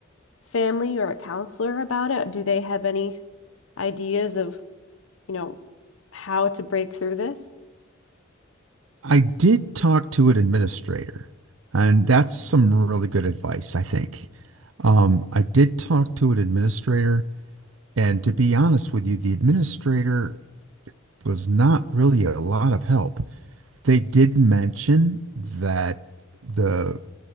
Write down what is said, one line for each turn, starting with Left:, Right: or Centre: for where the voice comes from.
Left: family or a counselor about it? Do they have any ideas of, you know, how to break through this?
Right: I did talk to an administrator, and that's some really good advice, I think. Um, I did talk to an administrator, and to be honest with you, the administrator was not really a lot of help. They did mention that the,